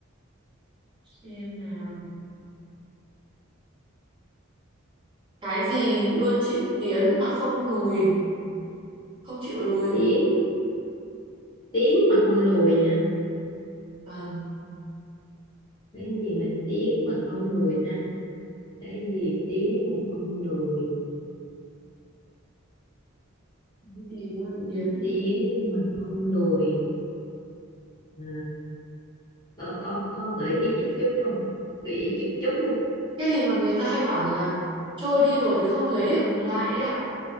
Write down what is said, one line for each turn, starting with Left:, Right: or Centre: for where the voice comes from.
Right: xem nào. Cái gì luôn chịu tiến mà không lùi, không chịu lùi.
Left: tiếng tiếng mà không lùi hả
Right: Vâng.
Left: cái gì mà tiếng mà không lùi ta cái gì tiếng mà không lùi
Right: cái gì vương
Left: Ừ,
Right: kiến
Left: tiếng
Right: mà không nhìn
Left: mà không lùi à, có có có gợi ý chút chút không gợi ý chút chút
Right: cái gì mà người ta hay bảo là trôi đi rồi thì không lấy được lại ấy à